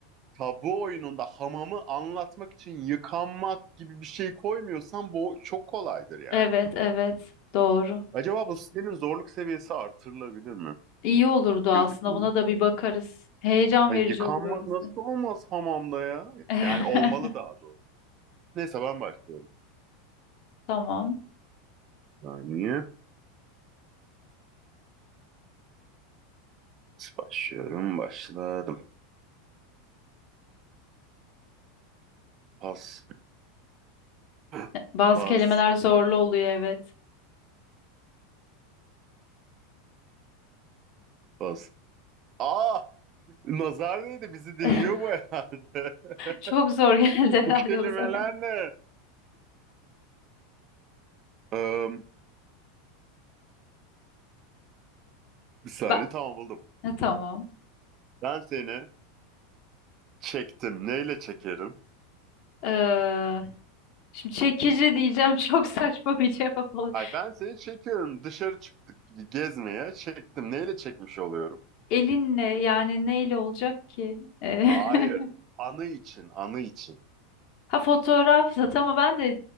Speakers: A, on the right; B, on the left.
A: tabu oyununda hamamı anlatmak için yıkanmak gibi bir şey koymuyorsan bu çok kolaydır yani.
B: Evet evet doğru.
A: Acaba bu sitenin zorluk seviyesi artırılabilir mi?
B: İyi olurdu
A: Gözükmüyor.
B: aslında buna da bir bakarız. Heyecan
A: Ay,
B: verici
A: yıkanmak
B: olur öylesi.
A: nasıl olmaz hamamda ya?
B: <laughs>
A: Yani olmalı daha doğru. Neyse ben başlıyorum.
B: Tamam.
A: Saniye. Başlıyorum başladım. Pas. <clears throat>
B: Bazı
A: <laughs> Pas.
B: kelimeler zorlu oluyor evet.
A: Pas. Aa! Nazar değdi bizi dinliyor
B: <laughs>
A: bu herhalde.
B: Çok zor geldi
A: <laughs> Bu
B: herhalde
A: kelimeler
B: bu sefer.
A: ne? Eee Bir saniye
B: Ben...
A: tamam buldum.
B: Ha, tamam.
A: Ben seni çektim. Neyle çekerim?
B: Ee, şimdi çekici diyeceğim <laughs> çok saçma bir cevap olacak.
A: Ay ben seni çekiyorum. Dışarı çıktık gezmeye. Çektim. Neyle çekmiş oluyorum?
B: Elinle yani neyle olacak ki? Ee,
A: Hayır.
B: <laughs>
A: Anı için, anı için.
B: ha fotoğraf zaten ama ben de